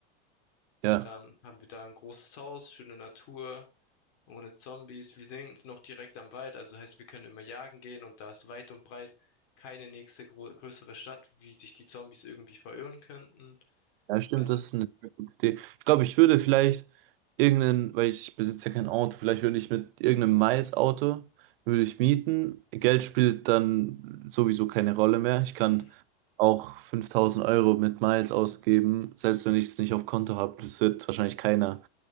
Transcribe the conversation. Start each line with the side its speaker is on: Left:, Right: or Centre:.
Left: Und
Right: Ja.
Left: dann haben wir da ein großes Haus, schöne Natur, ohne Zombies. Wir sind noch direkt am Wald, also heißt, wir können immer jagen gehen und da ist weit und breit keine nächste gro größere Stadt, wie sich die Zombies irgendwie verirren könnten.
Right: Ja, stimmt,
Left: Also,
Right: das ist eine sehr gute Idee. Ich glaube, ich würde vielleicht irgendeinen, weil ich besitze ja kein Auto, vielleicht würde ich mit irgendeinem Miles-Auto, würde ich mieten. Geld spielt dann sowieso keine Rolle mehr. Ich kann
Left: <laughs>
Right: auch 5000 Euro mit Miles ausgeben, selbst wenn ich es nicht auf Konto habe. Das wird wahrscheinlich keiner,